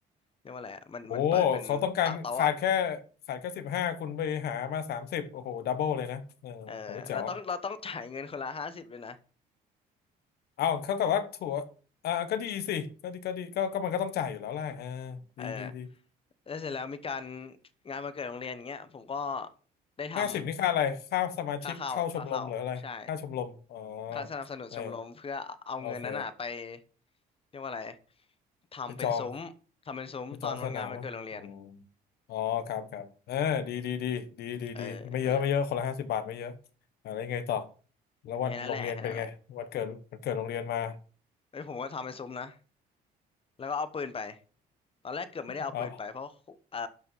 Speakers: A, on the left; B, on the left.
A: เรียกว่าอะไรอะมันมันเปิดเป็นตั้งโต๊ะอะ
B: โอ้โหเขาต้องการขาดแค่ขาดแค่สิบห้าคุณไปหามาสามสิบโอ้โหดับเบิลเลยนะเออแต่ว่าแจ๋วอะ
A: เออแล้วต้องเราต้องจ่ายเงินคนละห้าสิบเลยนะ
B: เอาเขากับว่าถั่วอ่าก็ดีสิก็ดีก็ดีก็ก็มันก็ต้องจ่ายอยู่แล้วแหละเออ
A: เออ
B: ดีดีดี
A: แล้วเสร็จแล้วมีการงานวันเกิดโรงเรียนอย่างเงี้ยผมก็ได้ทำ
B: ห้าสิบนี่ค่าอะไรค่าสมาชิกเข้าชมรมหรืออะไรค่าชมรมอ๋อ
A: ค่าเข้าค่าเข้าใช่ค่าสนับสนุนชมรมเพื่อเอาเงินนั้นอ่ะไป
B: เออโอเค
A: เรียกว่าอะไรทำเป็นซุ้มทำเป็นซุ้มตอนวันงานวันเกิดโรงเรียน
B: ไปจองไปจองสนามอ่ะอ๋ออ๋อครับครับเออดีดีดีดีดีดีไม่เยอะไม่เยอะคนละห้าสิบบาทไม่เยอะอะไรไงต่อ
A: เออนั่นแหละ
B: แล้ววันโรงเรียนเป็นไงวันเกิดวันเกิดโรงเรียนมา
A: แค่นั้นแหละแค่นั้นแหละเอ้ยผมก็ทำเป็นซุ้มนะแล้วก็เอาปืนไปตอนแรกเกือบไม่ได้เอาปืนไปเพราะครูเอ่อ
B: <laughs> เอา